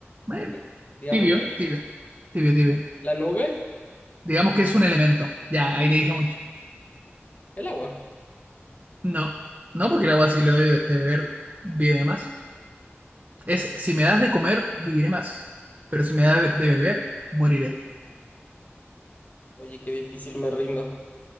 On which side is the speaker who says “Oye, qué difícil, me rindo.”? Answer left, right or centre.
Left